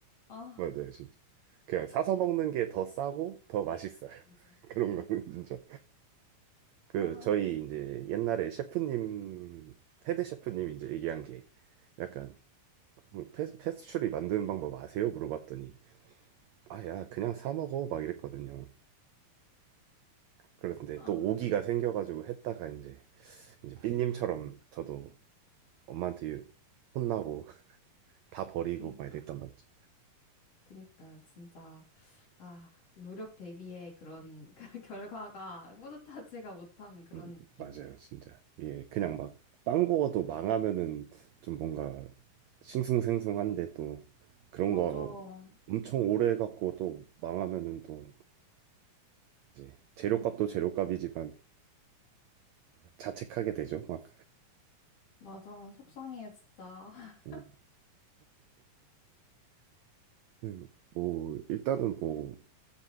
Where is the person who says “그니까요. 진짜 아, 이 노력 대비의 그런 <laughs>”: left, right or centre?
Left